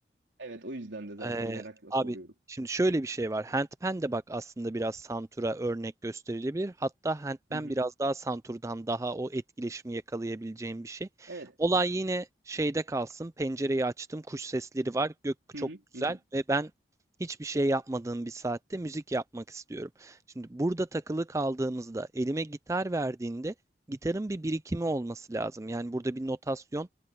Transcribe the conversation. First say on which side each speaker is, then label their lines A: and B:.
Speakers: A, on the right (about 85°); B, on the right (about 15°).
A: Evet o yüzden de zaten
B: Eee,
A: merakla
B: abi
A: soruyorum.
B: şimdi şöyle bir şey var. Handpan de bak aslında biraz santura örnek gösterilebilir. Hatta handpan
A: Hı hı.
B: biraz daha santurdan daha o etkileşimi yakalayabileceğim bir şey.
A: Evet.
B: Olay yine şeyde kalsın. Pencereyi açtım, kuş sesleri var. Gök
A: Hı
B: çok
A: hı.
B: güzel
A: Hı hı.
B: ve ben hiçbir şey yapmadığım bir saatte müzik yapmak istiyorum. Şimdi burada takılı kaldığımızda elime gitar verdiğinde gitarın bir birikimi olması lazım. Yani burada bir notasyon,